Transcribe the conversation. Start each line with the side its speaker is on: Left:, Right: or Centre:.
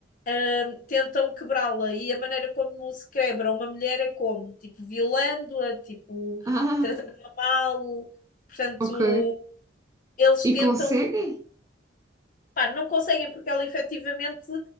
Left: hum, tentam quebrá-la. E a maneira como se quebra uma mulher é como? Tipo, violando-a, tipo,
Right: Ah,
Left: tratando-a mal. Portanto,
Right: ok.
Left: eles
Right: E
Left: tentam
Right: conseguem?
Left: Pá, não conseguem porque ela efetivamente